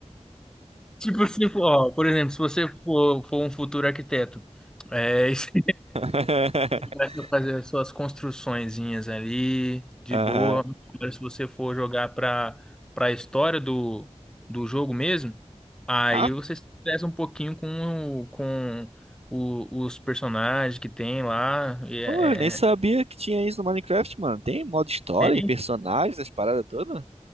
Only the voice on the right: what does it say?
<laughs>
Aham.
Ah,
pô, eu nem sabia
que tinha isso no Minecraft, mano. Tem modo história
e personagens, as paradas todas?